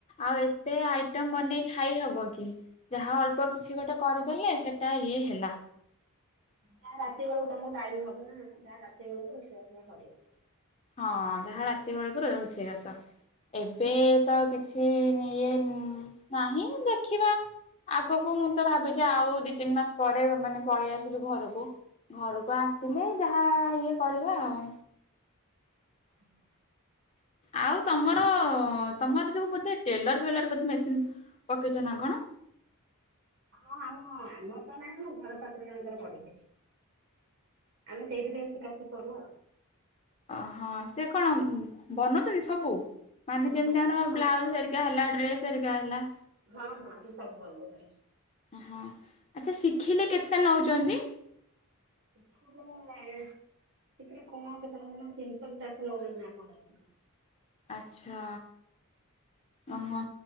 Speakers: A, on the left; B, on the right.
A: ଆଉ ଏତେ ଆଇ ଟମ୍ ବନେଇ ଖାଇ ହବ କି ଯାହା ଅଳ୍ପ କିଛି ଗୋଟେ କରିଦେଲେ ସେଟା ଇଏ ହେଲା।
B: ଯାହା ରାତି ବେଳକୁ ତମକୁ ଟାଇମ ହବ ନା ଯାହା ରାତି ବେଳକୁ ରୋଷେଇ ବାଷ କରିବ।
A: ହଁ ଯାହା ରାତି ବେଳକୁ ରୋଷେଇ ବାସ ଏବେ ତ କିଛି ସେ ଇଏ ନାହିଁ ଦେଖିବା। ଆଗକୁ ମୁଁ ତ ଭାବିଛି ଆଉ ଦି ତିନି ମାସ ପରେ ମାନେ ପଳେଇ ଆସିବି ଘରକୁ। ଘରକୁ ଆସିଲେ ଯାହା ଇଏ କରିବା ଆଉ।
B: <inaudible>
A: ଆଉ ତମର ତମର ଯୋ ବୋଧେ ଟେଲର ଫେଲର ବୋଧ ମେସିନ୍‌। ପକେଇଛ ନା କଣ?
B: ହଁ ଆମ ଆମର ତ ନାହିଁ ମୋ ଘର ପାଖରେ ଜଣଙ୍କର ପଡିଛି। ଆମେ ସେଇଠି ଟିକେ ଶିିକାସିିକି କରୁ ଆଉ।
A: ଅହଁ ସେ କଣ ବନଉଛନ୍ତି ସବୁ। ମାନେ
B: ହଁ
A: ଯେମିତି
B: ହଁ
A: ଆମର ବ୍ଲାଉଜରିକା ହେଲା ଡ୍ରେସରିକା ହେଲା।
B: ହଁ ହଁ ସେ ସବୁ ବନଉଛନ୍ତି।
A: ହଁ ଆଛା ଶିଖିଲେ କେତେ ନଉଚନ୍ତି।
B: ଶିଖିଲେ ଶିଖିଲେ କଣ କେତେ ନେଉଚନି ତିନିଶହ କି ଚାରିଶହ ନଉଚନ୍ତି ନା କଣ।
A: ଆଚ୍ଛା। ଅଁ ହଁ।